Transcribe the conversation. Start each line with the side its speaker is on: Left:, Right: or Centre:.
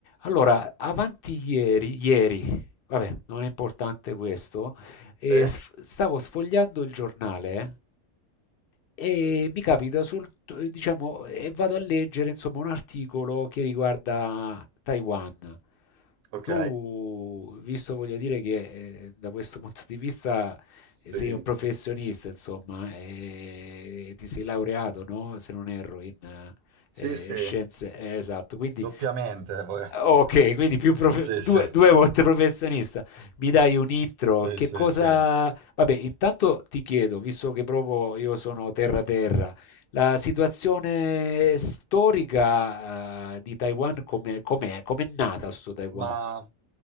Left: Allora, avanti ieri, ieri, vabbè, non è importante questo,
Right: Sì,
Left: eh, sf- stavo sfogliando il giornale eh, e mi capita sol- diciamo, e vado a leggere, insomma, un articolo che riguarda Taiwan.
Right: ok.
Left: Tu, visto, voglio dire che eh, da questo punto di vista eh,
Right: Sì,
Left: sei un professionista, insomma, e ti sei laureato, no? Se non erro, in
Right: sì,
Left: eh,
Right: sì,
Left: scienze, eh, esatto, quindi...
Right: doppiamente. vorrei-
Left: Ok, quindi più
Right: <laughs>
Left: prof-
Right: Sì,
Left: due,
Right: sì,
Left: due volte professionista. Mi dai un intro?
Right: sì,
Left: Che
Right: sì,
Left: cosa...
Right: sì.
Left: Vabbè, intanto ti chiedo, visto che proprio io sono terra terra, la situazione storica, eh, di Taiwan come com'è? Com'è nata sto Taiwan?
Right: Ma,